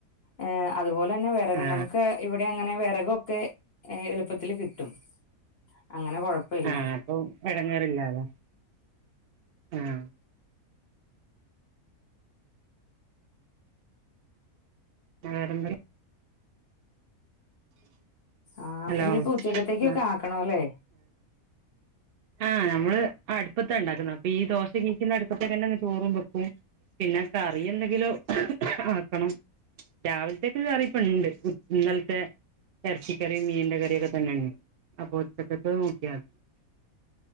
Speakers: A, on the left; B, on the right.
A: ഏ അത് പോലെ ന്നെ വിറകം
B: ആ
A: നമുക്ക് ഇവിടെ അങ്ങനെ വിറകൊക്കെ, എളുപ്പത്തിൽ കിട്ടും. ടും അങ്ങനെ കൊഴപ്പമില്ല
B: ആഹ് അപ്പൊ എടങ്ങേറില്ലലോ, ആഹ. <unintelligible>
A: ആഹ,
B: ഹലോ
A: ഇനിയിപ്പോ ഉച്ചക്കത്തേക്കൊക്കെ
B: ആ
A: ആക്കണല്ലേ?
B: ആഹ്, നമ്മള് അടുപ്പത്തെ ഉണ്ടാക്കുന്ന. അപ്പൊ ഈ ദോശ കീക്കുന്ന അടുപ്പത്തെക്കന്നെ ചോറും വെക്കും. പിന്നെ കറി എന്തെങ്കിലോ ആക്കണം. രാവിൽത്തേക് കറിയിപ്പോ ഇണ്ട്. ഇന്നലത്തെ ഇറച്ചിക്കറി, മീന്റെ കറിയഒക്കെ തന്നെ ഉണ്ട്. അപ്പൊ ഉച്ചക്കത്തെ <unintelligible>